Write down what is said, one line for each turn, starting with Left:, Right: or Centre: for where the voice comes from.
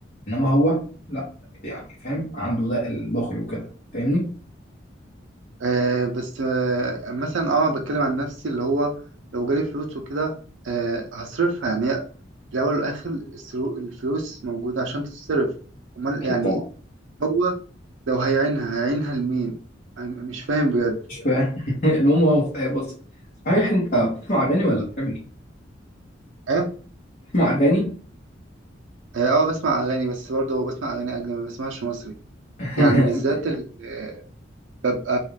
Left: انما هو لا يعني فاهم عنده ده البخل وكده فاهمني
Right: آه، بس آه مثلا اه بتكلم عن نفسي اللي هو لو جالي فلوس وكده آه هصرفها يعني هي في الأول والآخر السرو- الفلوس موجودة عشان تتصرف أمال
Left: اكيد
Right: يعني
Left: طبعا
Right: هو لو هيعينها هيعينها لمين أنا مش فاهم بجد
Left: مش فاهم <laughs> المهم هو في- آه، بص صحيح انت بتسمع اغاني ولا بتعمل ايه
Right: ها
Left: بتسمع اغاني
Right: هي اه بسمع اغاني بس برضه بسمع اغاني اجنبي ما بسمعش مصري
Left: <laughs>
Right: يعني بالذات ال- آه، ببقى